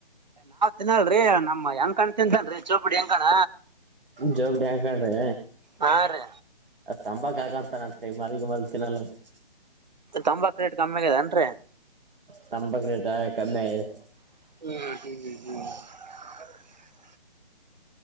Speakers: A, on the right; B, on the right.
A: ಇಏನಲ್ೀ ನಮ್ಮ್ ಹೆಂಗ ಕಣ್ ತಿನ್ಂತನ್ರರಿ ಚೌಪುಡಿ ಹೆಂಗ ಕಣ
B: ಜವಾಬ ಕಡ್ರಿ
A: ಹಾ ರೀ
B: ತಂಬ ಆಗಂತತಾನಂತೆ ಈ ಮರಿಗ ಮ ತಿನ್ನಲ್ಲಂತೆ
A: ತಂಬಾಕ ರೇಟ್ ಕಮ್ಮಿ ಆಗದೇನ್ರರಿ
B: ತಂಬತ್ತು ರಟ ಕಮ್ಮಿ ಆಯಿದೆ
A: ಹ್ಮ್ ಹ್ಮ್ ಹ್ಮ್